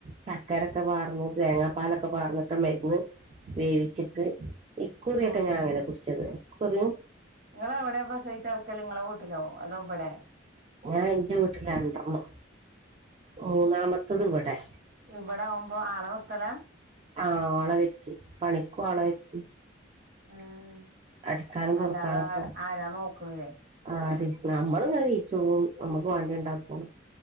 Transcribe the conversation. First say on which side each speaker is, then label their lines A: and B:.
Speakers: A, on the right; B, on the right.
A: ചക്കരക്ക് വാർന്നു തേങ്ങാ പാലൊക്കെ പാർന്നിട്ട് മരുന്ന് വേവിച്ചിട്ട് ഇക്കുറിയൊക്കെ
B: ഉം
A: ഞാൻ അങ്ങനെ കുടിച്ചത് പറയൂ
B: നിങ്ങള് എവിടെ പ്രസവിച്ച് കെടക്കല് നിങ്ങള വീട്ടിലോ അതോ ഇബിടെ
A: ഞാൻ എന്റെ വീട്ടിലാണ്ടരുന്നു മൂന്നാമത്തേത് ഇവിടെ
B: ഇവിടെ ആവുമ്പോ ആള നിർത്തലാ
A: ആഹ് ആള വെച്ച് പണിക്കും ആള വെച്ച്
B: ആഹ്
A: അടിക്കാനും
B: അല്ലാതെ
A: തുറക്കാനൊക്കെ
B: ആ ആരാ നോക്കണ്ല്ലേ
A: ആര് നമ്മള് കഴിച്ചും നമ്മുക്ക് വാണ്ടി ഉണ്ടാക്കും